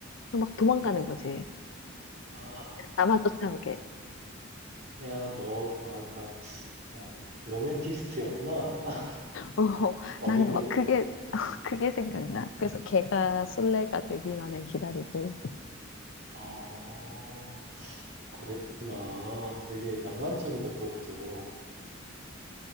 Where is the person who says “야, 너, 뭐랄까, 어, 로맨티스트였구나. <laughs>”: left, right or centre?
Right